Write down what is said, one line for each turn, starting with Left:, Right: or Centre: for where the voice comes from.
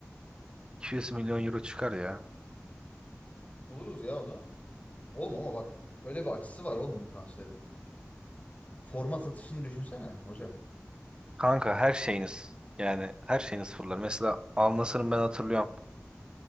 Right: 15-200 milyon euro çıkar ya.
Left: <laughs> Buluruz ya onu. Oğlum ama bak böyle bir açısı var oğlum bu transferin. Forma satışını düşünsene hocam.
Right: Kanka her şeyiniz yani her şeyiniz fırlar. Mesela Al Nassr'ın ben hatırlıyorum.